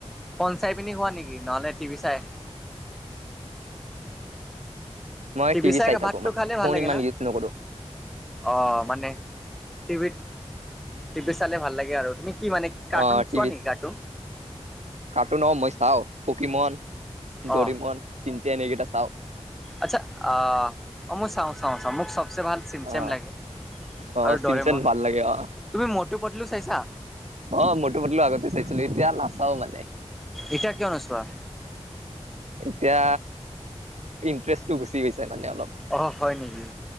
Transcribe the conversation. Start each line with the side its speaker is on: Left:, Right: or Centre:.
Centre: ফোন চাই পিনি শুৱা নেকি নহ'লে টিভি চাই।
Right: মই
Centre: টিভি চাই
Right: থাকো
Centre: ভাতটো
Right: মানে
Centre: খালে
Right: ফোন
Centre: ভাল লাগে
Right: ইমান
Centre: না।
Right: ইউজ নকৰো
Centre: অ' মানে টিভিত, টিভি চালে ভাল লাগে আৰু তুমি কি মানে কাৰ্টুন
Right: অ টিভিত
Centre: চোৱা নেকি কাৰ্টুন?
Right: কাৰ্টুন অ' মই চাওঁ পকীমন,
Centre: অ
Right: দৰিমন, চিনচেন এইকেইটা চাওঁ।
Centre: আচ্ছা অ', অ', মই চাওঁ চাওঁ চাওঁ মোক চবচে ভাল চিম
Right: অ
Centre: চেম লাগে।
Right: অ'
Centre: আৰু
Right: চিনচেন
Centre: দৰেমন
Right: ভাল লাগে অ'।
Centre: তুমি মটু পটলু চাইছা?
Right: অ' মটু পটলু আগতে চাইছিলোঁ এতিয়া নাচাওঁ মানে।
Centre: এতিয়া কিয় নোছোৱা?
Right: এতিয়া ইণ্টাৰেষ্টটো গুচি গৈছে মানে অলপ
Centre: অঁ হয় নেকি?